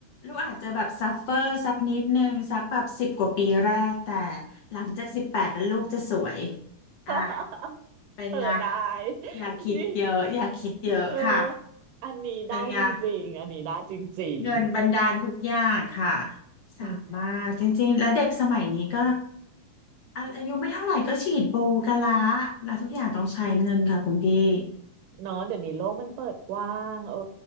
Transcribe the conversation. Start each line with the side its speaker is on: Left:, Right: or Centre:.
Left: ลูกอาจจะแบบซัฟเฟอร์สักนิดนึงสักแบบสิบกว่าปีแรกแต่หลังจากสิบแปดแล้วลูกจะสวย
Right: <laughs>
Left: อ่ะเป็นไง
Right: เออได้
Left: อย่าคิดเยอะอย่าคิดเยอะค่ะ
Right: นี่เอออันนี้ได้จริงๆอันนี้ได้จริง
Left: เป็นไงเงินบันดาลทุกอย่างค่ะ
Right: ๆอืม
Left: สามารถจริงๆและเด็กสมัยนี้ก็อาอายุไม่เท่าไหร่ก็ฉีดโบกันละแล้วทุกอย่างต้องใช้เงินค่ะคุณพี่
Right: เนาะเดี๋ยวนี้โลกมันเปิดกว้างเออ